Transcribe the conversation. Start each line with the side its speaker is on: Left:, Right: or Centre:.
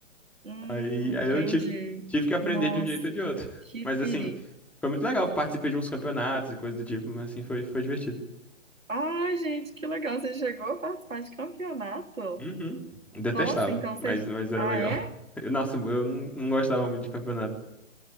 Right: Hum,
Centre: Aí, aí
Right: entendi.
Centre: eu tive que, tive que aprender
Right: Nossa,
Centre: de um jeito ou de
Right: que,
Centre: outro.
Right: que
Centre: Mas
Right: perigo.
Centre: assim, foi muito legal. Participei de uns campeonatos e coisa do tipo, mas assim, foi, foi divertido.
Right: Ai, gente, que legal, você chegou a participar de campeonato?
Centre: Uhum. Detestava,
Right: Nossa, então você.
Centre: mas, mas era
Right: Ah,
Centre: legal.
Right: é?
Centre: <laughs> Eu- nossa, eu não, não gostava muito de campeonato.